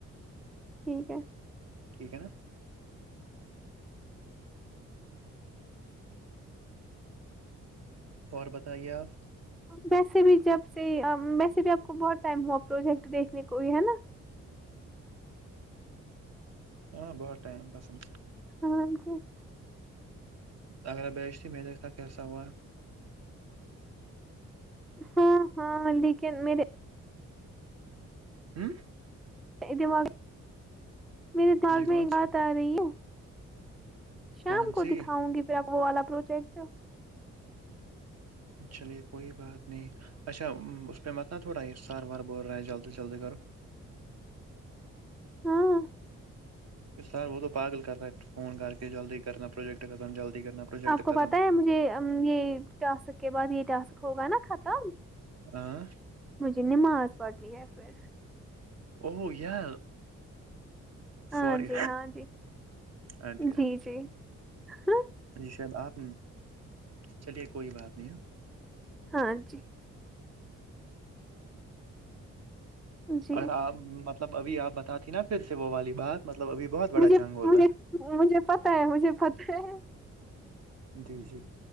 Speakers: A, in the centre; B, on the right.
A: ٹھیک ہے
B: ٹھیک ہے نا اور بتائیے آپ
A: ویسے بھی جب سے مسجد بھی آپ کو بہت ٹائم ہوا پروجیکٹ دیکھنے کو ہے نا
B: ہاں بہت اہم کسم سے
A: ہاں انکو
B: اگر بیچی میں دیکھا تھا کیا سوا
A: ہاں ہاں لیکن میرے
B: ہممم
A: دماغ میرے دھیان
B: جی کون
A: میں ایک
B: سی
A: بات آ رہی ہے شام
B: کون
A: کو
B: سی
A: دکھاؤں گی پھر آپ وہ والا پروجیکٹ
B: چلیے کوئی بات نہیں اچھا اس پہ متنا تھوڑا عرس بار بار بول رہے ہیں جلدی جلدی کرو
A: ہاں
B: سر وہ تو پاگل کرئے فون کر کے جلدی کرنا پروجیکٹ ختم جلدی کرنا پروجیکٹ
A: آپ کو
B: ختم
A: پت ہے مجھے یہ ٹاسک کے بعد یہ ٹسک ہوگا نہ ختم
B: <unintelligible>
A: مجھے نماز پڑھنی ہے پھر
B: او یہ
A: ہاں
B: سوری
A: جی ہاں جی
B: اچھا
A: جی جی ہاں
B: جی شاید آپ چلیے کوئی بات نہیں ہے
A: ہاں جی جی
B: اگر آپ مطلب ابھی آپ بتاتی نا پھر سے وہ والی بات مطلب ابھی بہت بڑا
A: مجھےمج
B: جنگ ہوتا
A: مجھے پتا ہے مجھے پتا ہے
B: جی جی